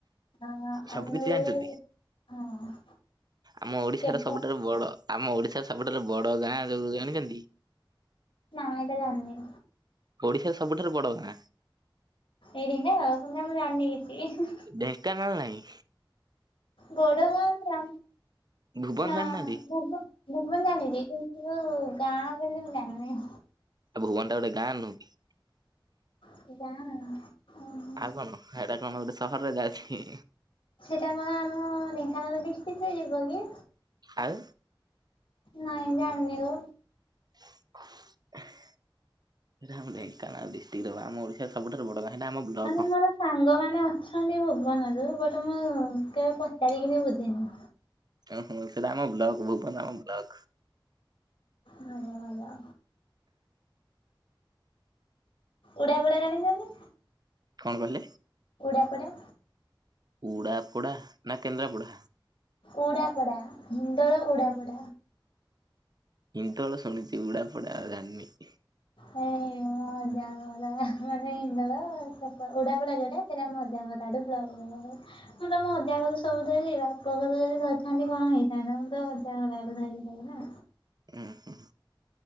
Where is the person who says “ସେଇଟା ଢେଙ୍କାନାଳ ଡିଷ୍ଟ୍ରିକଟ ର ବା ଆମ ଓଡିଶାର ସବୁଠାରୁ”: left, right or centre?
Right